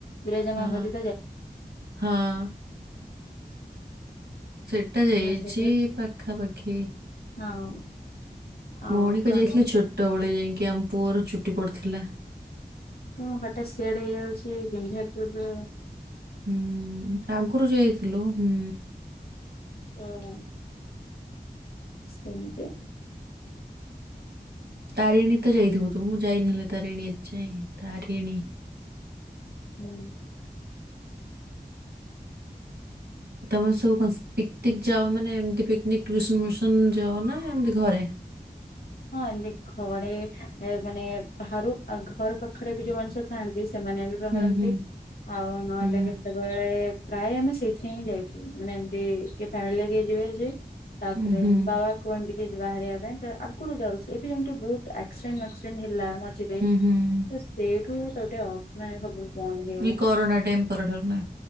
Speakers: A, on the left; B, on the right.
A: ବିରଜା
B: ହଁ
A: ମାଙ୍କ <unintelligible>
B: ହଁ ସେଟା
A: <unintelligible> ଯାଇଛି ହଁ
B: ପାଖାପାଖି
A: ହଁ ଆଉ
B: ମଉଣିକ
A: କଣ
B: ଯାଇଥିଲେ ଛୋଟ ବେଳେ ଯାଇକି ଆମ ପୁଅର ଚୁଟି ପଡିଥିଲା
A: ହଁ ବାଟେ ସେୟାର ହେଇଯାଉଛି ବିଞ୍ଜାରପୁରର
B: ହୁଁ ଆଗରୁ ଯାଇଥିଲୁ ହୁଁ
A: ହଁ ସେମିତି
B: ତାରିଣୀ ତ ଯାଇଥିବୁ ତୁ ମୁଁ ଯାଇନିଲୋ ତାରିଣୀ ଏ ଯାଇଁ ତାରିଣୀ
A: ହୁଁ
B: ତମେ ସବୁ ପିସ ପିକଟିକ ଯାଅ ମାନେ ଏମତି ପିକନିକ ବିଶ ମିସନ ଯାଅ ନା ଏମିତି ଘରେ।
A: ମୁଁ ଆଣିଲି ଘରେ ମାନେ ବାହାରୁ ଆଙ୍କ ଘର ପାଖରେ ବି ଯୋଉ ମାନେ ଥାଆନ୍ତି। ସେମାନେ ବି ବାହାରନ୍ତି
B: ହୁଁ ହୁଁ
A: ଆଉ ନହେଲେ
B: ହୁଁ
A: ଯେତେବେଳେ ପ୍ରାୟ ଆମେ ସେଇଥିରେ ହିଁ ଯାଇଚୁ। ମାନେ ଏମତି କିଏ ଫ୍ୟାମିଲି ନେଇକି ଯିବେ ଯେ ତାପରେ
B: ହୁଁ ହୁଁ ହୁଁ
A: ବାବା କୁହନ୍ତି କି ବାହାରିବା ପାଇଁ ତ ଆଗରୁ ଯାଉଥିଲେ। ଏବେ ଯେମିତି ବହୁତ ଆକ୍ସିଡେଣ୍ଟ ମାକ୍ସିଡେଣ୍ଟ ହେଲା। ଯିବେ
B: ହୁଁ
A: ତ ସେଇଠୁ ତାକୁ ଗୋଟେ ମାନେ ସବୁ କଣ ନେଇଗଲା।
B: ଏଇ କରୋନା ଟାଇମ୍ ପରଠାରୁ ନା